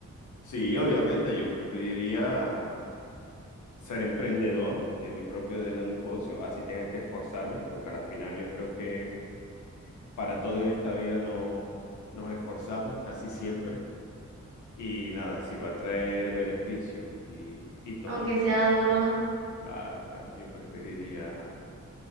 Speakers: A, on the left; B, on the right.
A: Sí, obviamente, yo preferiría ser emprendedor de mi propio de negocio, así tenga que esforzarme, porque a la final yo creo que para todo en esta vida no, nos esforzamos casi siempre. Y nada, si va a traer beneficios y, y todo,
B: aunque
A: yo-
B: sea duro, ¿no?
A: claro, claro, yo preferiría